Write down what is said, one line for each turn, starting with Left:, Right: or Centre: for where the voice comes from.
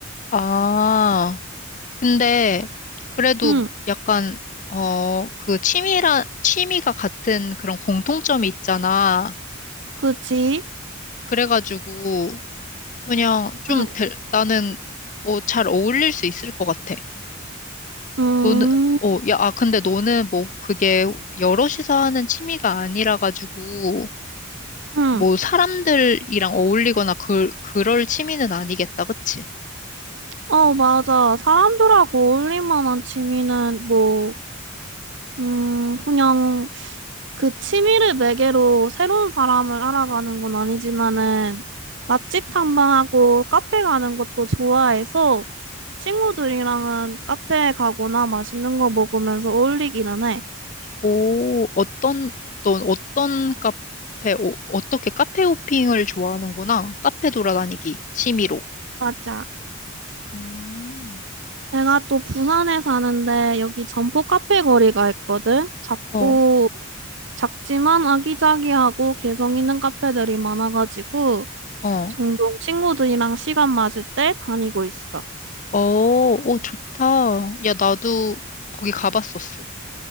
Left: 아, 근데, 그래도
Right: 응,
Left: 약간, 어, 그 취미라, 취미가 같은 그런 공통점이 있잖아.
Right: 그지?
Left: 그래가지고, 그냥 좀,
Right: 응,
Left: 될- 나는, 어, 잘 어울릴 수 있을 것 같아.
Right: 음,
Left: 너는, 어, 야, 아, 근데 너는 뭐 그게 여럿이서 하는 취미가 아니라 가지고
Right: 응.
Left: 뭐 사람들이랑 어울리거나 그, 그럴 취미는 아니겠다, 그치?
Right: 어, 맞아. 사람들하고 어울릴 만한 취미는 뭐, 음, 그냥 그 취미를 매개로 새로운 사람을 알아가는 건 아니지만은 맛집 탐방하고 카페 가는 것도 좋아해서 친구들이랑은 카페 가거나 맛있는 거 먹으면서 어울리기는 해.
Left: 오, 어떤, 넌 어떤 카페, 오, 어떻게 카페 호핑을 좋아하는구나. 카페 돌아다니기, 취미로.
Right: 맞아.
Left: 음,
Right: 내가 또 부산에 사는데 여기 점포 카페 거리가 있거든. 작고
Left: 어,
Right: 작지만 아기자기하고 개성 있는 카페들이 많아가지고
Left: 어,
Right: 종종 친구들이랑 시간 맞을 때 다니고 있어.
Left: 어, 오 좋다. 야, 나도 거기 가봤었어.